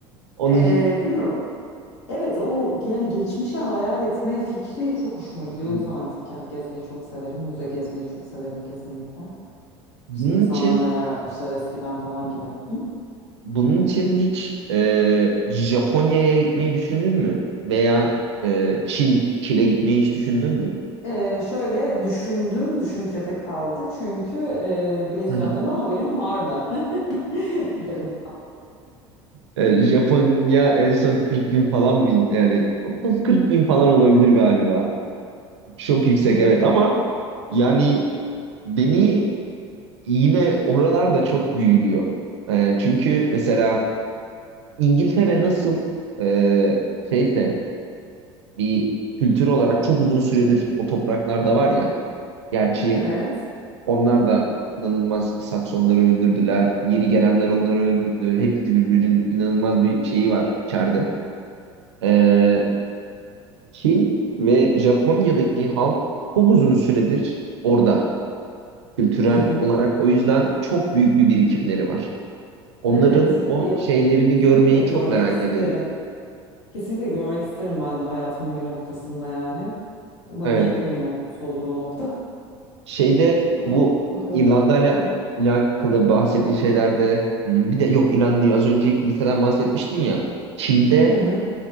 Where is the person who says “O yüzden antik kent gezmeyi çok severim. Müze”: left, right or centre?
Left